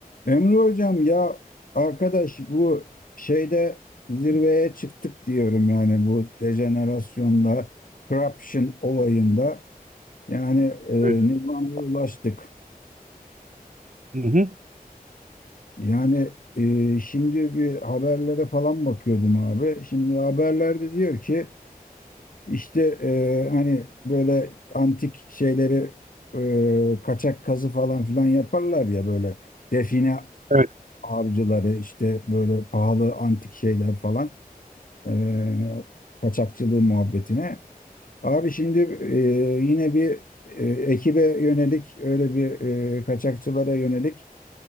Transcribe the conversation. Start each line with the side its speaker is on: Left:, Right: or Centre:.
Left: Emre hocam ya arkadaş bu şeyde zirveye çıktık diyorum yani bu dejenerasyonda, corruption olayında yani e,
Right: Evet.
Left: nirvana'ya ulaştık.
Right: Hı hı.
Left: Yani e, şimdi bir haberlere falan bakıyordum abi. Şimdi haberlerde diyor ki işte e, hani böyle antik şeyleri e, kaçak kazı falan filan yaparlar ya böyle define
Right: Evet.
Left: avcıları işte böyle pahalı antik şeyler falan. e, kaçakçılığı muhabbetine. Abi şimdi e, yine bir e, ekibe yönelik öyle bir e, kaçakçılara yönelik